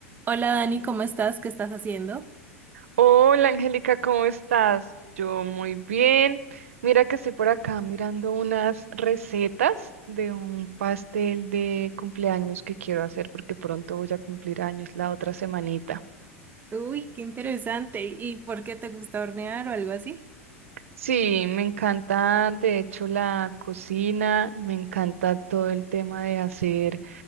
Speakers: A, on the right; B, on the right.
A: Hola Dani, ¿cómo estás? ¿Qué estás haciendo?
B: Hola Angélica, ¿cómo estás? Yo muy bien. Mira que estoy por acá mirando unas recetas de un pastel de cumpleaños que quiero hacer porque pronto voy a cumplir años la otra semanita.
A: Uy, qué interesante. ¿Y por qué te gusta hornear o algo así?
B: Sí, me encanta de hecho la cocina, me encanta todo el tema de hacer